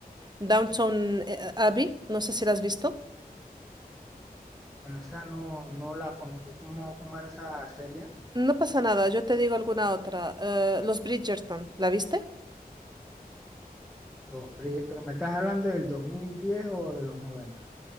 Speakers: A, on the right; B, in the centre.
A: Downton eh, Abbey, no sé si la has visto.
B: Bueno, esa no, no la conozco. ¿Cómo, cómo era esa serie?
A: No pasa nada, yo te digo alguna otra. Eh, Los Bridgerton, ¿la viste?
B: Los, pri- pero me estás hablando del 2010 o de los noventa